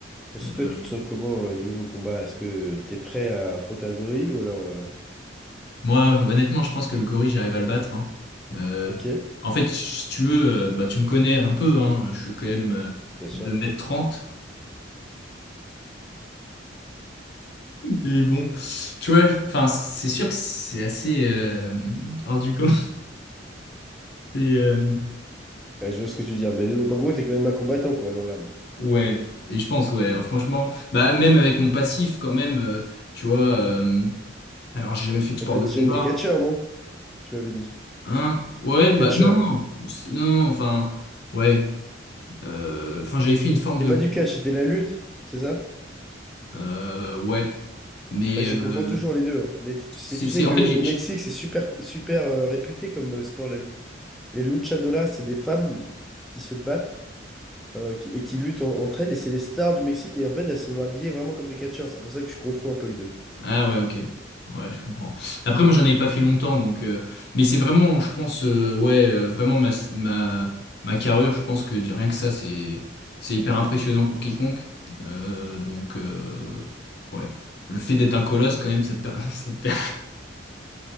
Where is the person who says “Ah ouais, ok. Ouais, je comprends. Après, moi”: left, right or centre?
Left